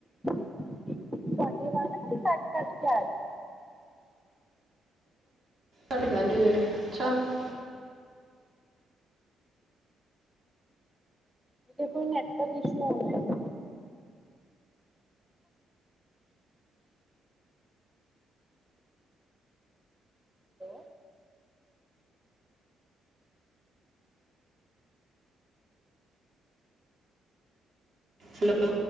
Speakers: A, in the centre; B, on the right (about 45°).
A: ਤੁਹਾਡੀ ਆਵਾਜ਼ ਨਾ ਬੜੀ ਕੱਟ ਕੱਟ ਕੇ ਆ ਰੀ।
B: ਘੜ ਗੇਂਦੇ ਵੇਂ ਅੱਛਾ।
A: ਹੈਲੋ
B: <unintelligible>
A: ਇਥੇ ਕੋਈ ਨੈਟਵਰਕ ਇਸ਼ੂ ਹੋਨਾ। Hello
B: hello <unintelligible>